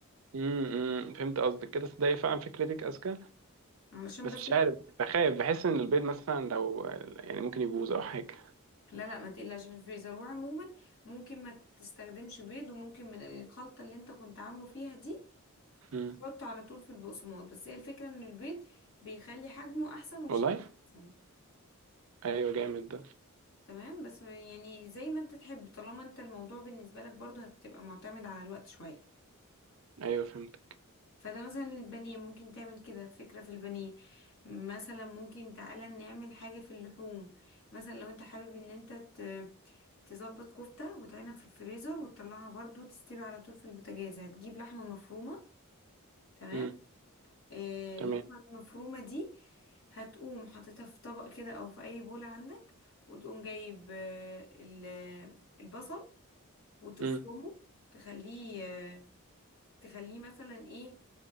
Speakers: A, on the right (about 65°); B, on the left (about 70°).
A: امم إمم، فهمت قصدك كده صدقني فعلا فكرتك اذكى
B: علشان
A: بس
B: بس
A: مش عارف بخاف بحس ان البيض مثلا لو يعني ممكن يبوظ او حاجه
B: لا لا ما تقلقش من الفريزر وعموما ممكن ما تستخدمش بيض وممكن من الخلطه اللي انت كنت عامله فيها دي
A: امم
B: تحطه على طول في البقسماط بس هي الفكره ان البيض بيخلي حجمه احسن وشكله
A: والله
B: احسن
A: ايوه جامد ده
B: تمام بس يعني زي ما انت تحب طالما انت الموضوع بالنسبة لك برضو هتبقى معتمد على الوقت شوية
A: ايوه فهمت
B: فده مثلا البانيه ممكن تعمل كده فكرة في البانيه مثلا ممكن تعالى نعمل حاجة في اللحوم مثلا لو انت حابب ان انت ت- تظبط كفتة وتعينها في الفريزر وتطلعها برضو تستوي على طول في البوتاجاز هتجيب لحمة مفرومة تمام
A: امم
B: آه،
A: تمام
B: اللحمة المفرومة دي هتقوم حاططها في طبق كده او في اي بولة عندك وتقوم جايب آه، ال- البصل وتفرمه
A: امم
B: تخليه آه، تخليه مثلا ايه